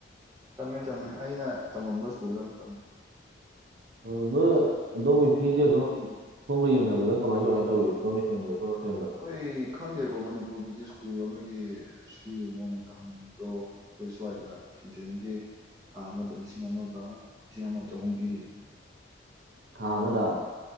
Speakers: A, on the right; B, on the right.
A: ꯇꯝꯃꯦ ꯇꯝꯃꯦ ꯑꯩꯅ ꯇꯝꯃꯝꯕ ꯁ꯭ꯀꯨꯜꯗ ꯑꯗꯨꯝ ꯇꯝꯃꯦ
B: ꯑꯗꯨ ꯑꯗꯣꯝꯒꯤ ꯐꯤꯁꯦ ꯑꯗꯨꯝ ꯁꯣꯒ ꯌꯦꯡꯅꯕꯗ ꯀꯃꯥꯏ ꯀꯃꯥꯏꯅ ꯇꯧꯋꯏ ꯑꯗꯣꯝꯅ ꯍꯦꯟꯕꯗ ꯁꯣꯉ <unintelligible>
A: ꯍꯣꯏ ꯈꯪꯗꯦꯀꯣ ꯃꯅꯤꯄꯨꯔꯒꯤꯗꯤ ꯁ꯭ꯀꯨꯜ ꯑꯃꯒꯤ ꯁꯤ ꯅꯣꯡꯃꯇ ꯍꯝꯅꯤ ꯑꯗꯣ ꯑꯩꯈꯣꯏ ꯁ꯭ꯋꯥꯏꯗ ꯊꯤꯟꯊꯤꯟꯈꯤ ꯊꯥ ꯑꯃꯗ ꯂꯤꯁꯤꯡ ꯑꯃꯒ ꯂꯤꯁꯤꯡ ꯑꯃꯒ ꯆꯍꯨꯝ ꯄꯤꯔꯤ
B: ꯊꯥ ꯑꯃꯗ